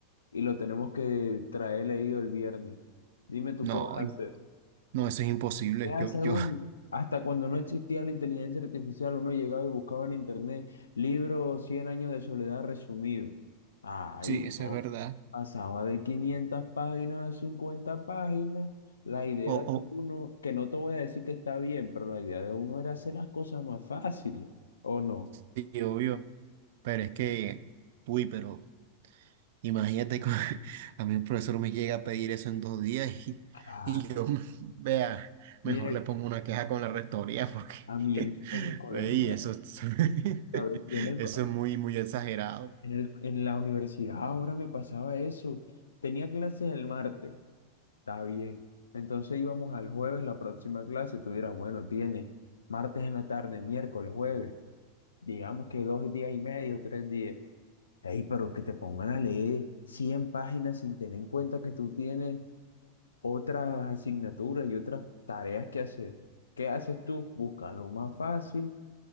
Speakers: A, on the left; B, on the right.
A: y lo tenemos que traer leído el viernes, dime tú
B: No,
A: qué vas a
B: im-
A: hacer.
B: no, eso es imposible.
A: Ya,
B: Yo,
A: según,
B: yo,
A: hasta cuando no existía
B: <laughs>
A: la inteligencia artificial, uno llegaba y buscaba en internet libros 100 años de soledad resumido. Ahí
B: Sí,
A: uno
B: eso es verdad.
A: pasaba de 500 páginas a 50 páginas. La idea
B: O,
A: de
B: o,
A: uno, que no te voy a decir que está bien, pero la idea de uno era hacer las cosas más fáciles, ¿o no?
B: sí, obvio. Pero es que, uy, pero imagínate que <laughs> a mí el profesor me llega a pedir eso en dos días y,
A: Claro.
B: y yo, <laughs> vea, mejor
A: Mire,
B: le pongo una queja con la rectoría porque,
A: a mí
B: <laughs>
A: en, mi en mi colegio,
B: ey,
A: me-
B: eso, es- <laughs>
A: ¿sabe? yo en el
B: eso
A: co-
B: es muy, muy exagerado.
A: en el- en la universidad ahora me pasaba eso. Tenía clases el martes. Está bien. Entonces íbamos al jueves, la próxima clase. Tú dirás, bueno, tiene martes en la tarde, miércoles, jueves. Digamos que dos días y medio, tres días. Ey, pero que te pongan a leer 100 páginas sin tener en cuenta que tú tienes otras asignaturas y otras tareas que hacer. ¿Qué haces tú? Busca lo más fácil.